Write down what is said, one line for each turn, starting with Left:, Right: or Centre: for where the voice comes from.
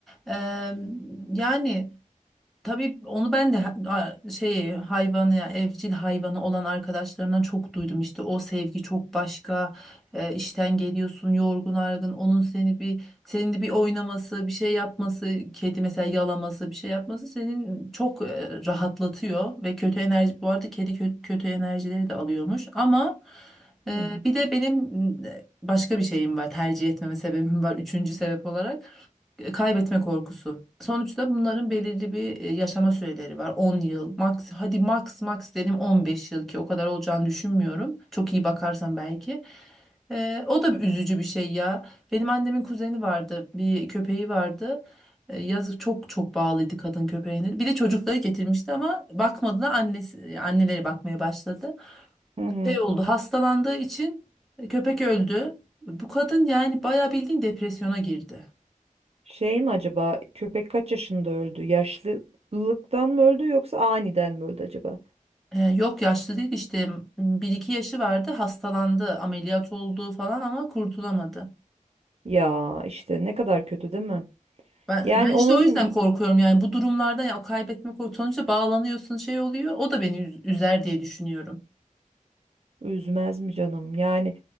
Centre: Eee, yani. Tabii onu ben de ha- a- şey hayvanı ya evcil hayvanı olan arkadaşlarımdan çok duydum işte o sevgi çok başka e, işten geliyorsun yorgun argın onun seni bir senin de bir oynaması bir şey yapması kedi mesela yalaması bir şey yapması senin çok e, rahatlatıyor ve kötü enerji bu arada kedi kö- kötü enerjileri de alıyormuş ama
Right: Hmm.
Centre: e, bir de benim m, e, başka bir şeyim var tercih etmeme sebebim var üçüncü sebep olarak kaybetme korkusu. Sonuçta bunların belirli bir e, yaşama süreleri var. On yıl, max, hadi max max dedim on beş yıl ki o kadar olacağını düşünmüyorum. Çok iyi bakarsan belki. E, o da bir üzücü bir şey ya. Benim annemin kuzeni vardı, bir köpeği vardı. E, yazık çok çok bağlıydı kadın köpeğine. Bir de çocukları getirmişti ama bakmadılar. Annesi, anneleri bakmaya başladı.
Right: Hı hı.
Centre: Şey oldu, hastalandığı için köpek öldü. Bu kadın yani bayağı bildiğin depresyona girdi.
Right: Şey mi acaba köpek kaç yaşında öldü? Yaşlılıktan mı öldü yoksa aniden mi öldü acaba?
Centre: Ee, yok yaşlı değil işte bir iki yaşı vardı hastalandı ameliyat oldu falan ama kurtulamadı.
Right: Ya işte ne kadar kötü değil mi?
Centre: Ben,
Right: Yani
Centre: ben
Right: onun
Centre: işte o yüzden
Right: y-
Centre: korkuyorum yani bu durumlardan ya o kaybetme korkusu sonuçta bağlanıyorsun şey oluyor o da beni üz- üzer diye düşünüyorum.
Right: üzmez mi canım? Yani